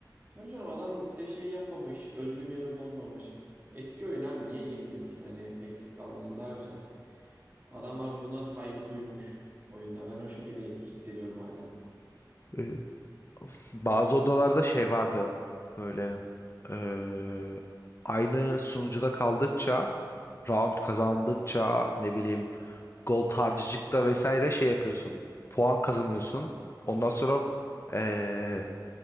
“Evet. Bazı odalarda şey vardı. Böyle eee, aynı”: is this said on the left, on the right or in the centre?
Left